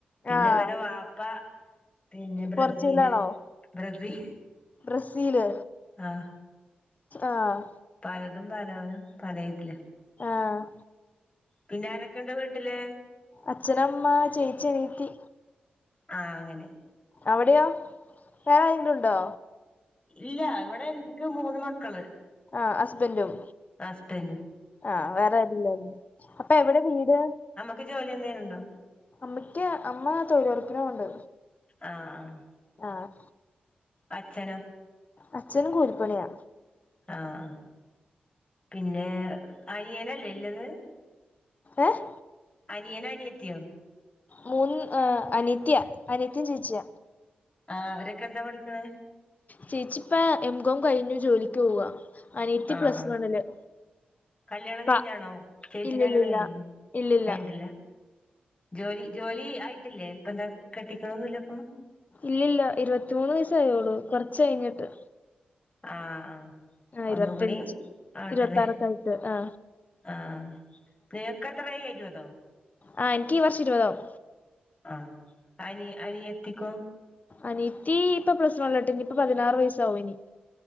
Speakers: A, on the left; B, on the left.
A: പിന്നെ
B: ആഹ്
A: വര വാപ്പ പിന്നെ ബ്രസീല്
B: പോർച്ചുഗലാണോ
A: ബ്രസീൽ
B: ബ്രസീല്
A: ആഹ്
B: ആഹ്
A: പലതും പലനും പല ഇതില്ല
B: ആഹ്
A: പിന്നെ ആരൊക്കെയണ്ട് വീട്ടില്
B: അച്ഛനമ്മ ചേച്ചിനീത്തി
A: ആഹ് അങ്ങനെ
B: അവിടെയോ വേറെ ആരെങ്കിലും ഉണ്ടോ
A: ഇല്ല ഇവിടെ ഇൻക്ക് മൂന്ന് മക്കള്
B: ആഹ് ഹസ്ബന്റും
A: അസ്ബന്റും
B: ആഹ് വേറെരില്ല അപ്പൊ എവിടെ വീട്
A: ക്ക് ജോലി എന്തേലും ഉണ്ടോ
B: അമ്മക്ക് അമ്മ തൊഴുറപ്പിന് പോവ്ണ്ട്
A: ആഹ് ആഹ്
B: ആഹ്
A: അച്ഛനോ.
B: അച്ഛനും കൂലീപ്പണിയാ.
A: ആഹ് ആഹ് പിന്നെ അനിയനല്ലേ ഇല്ലത്
B: ഏഹ്
A: അനിയൻ അനിയത്തിയോ.
B: മൂന്ന് അനിത്യ അനിത്യയും ചേച്ചിയ.
A: ആഹ് അവരൊക്കെ എന്താ പഠിക്ണ്.
B: ചേച്ചിപ്പൊ എംകോം കഴിഞ്ഞു ജോലിക്ക് പോവാ അനീയത്തി
A: ആഹ്
B: പ്ലസ്
A: ആഹ്
B: വണ്ണില്.
A: കല്യാണം കഴിഞ്ഞാണോ
B: ക
A: ചേച്ചിന്റെ
B: ഇല്ലില്ലില്ല
A: കല്യാണം കഴിഞ്ഞോ
B: ഇല്ലില്ല
A: കഴിഞ്ഞട്ടില്ല. ജോലി ജോലി ആയിട്ടില്ലേ ഇപ്പ എന്താ കെട്ടിക്കണന്നില്ല ഇപ്പോ.
B: ഇല്ലല്ല ഇരുപത്തിമൂന്ന് വയസ്സ് ആയോള്ളൂ കൊറച്ച കഴിഞ്ഞിട്ട്.
A: ആഹ് ആഹ്
B: ആ ഇരുപത്തഞ്ച്
A: ഒന്നും കൂടി ആവട്ടല്ലേ
B: ഇരുപത്താറൊക്കെ ആയിട്ട് ആ
A: ആഹ് തേക്ക് എത്ര ആയി ഇരുബതോ.
B: ആഹ് എനിക്ക് ഈ വർഷം ഇരുപതാവും.
A: ആഹ് അനി അനിയത്തിക്കോ?
B: അനിത്തി ഇപ്പൊ പ്ലസ് വണ് ലോട്ട് ഇനി ഇപ്പൊ പതിനാറ് വയസ്സാവും ഇനി.